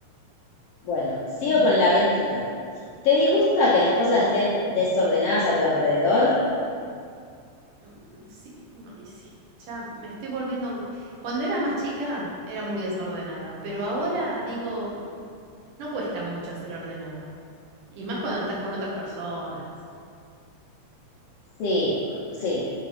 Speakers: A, on the left; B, on the right.
A: Bueno, sigo
B: Bueno.
A: con la 29. ¿Te disgusta que las cosas estén desordenadas a tu alrededor?
B: Mm, Sí, a mí sí. Ya me estoy volviendo. Cuando era más chica era muy desordenada, pero ahora digo, mm, no cuesta mucho ser ordenada. Y más cuando estás con otras personas.
A: Sí, sí.